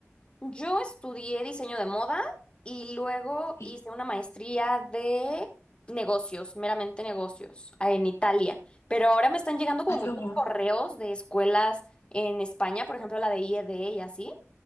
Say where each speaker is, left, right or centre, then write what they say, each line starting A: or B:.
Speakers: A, on the left (about 20°); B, on the left (about 70°).
A: Yo estudié diseño de moda y luego
B: Sí.
A: hice una maestría de negocios, meramente negocios, ah, en Italia. Pero ahora me están llegando como
B: Ay, qué
A: muchos
B: guay.
A: correos de escuelas en España, por ejemplo, la de IED y así,